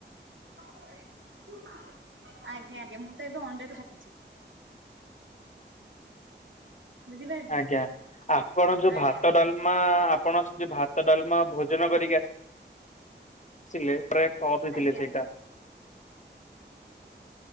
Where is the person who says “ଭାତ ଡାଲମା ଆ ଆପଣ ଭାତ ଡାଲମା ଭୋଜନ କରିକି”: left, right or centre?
Left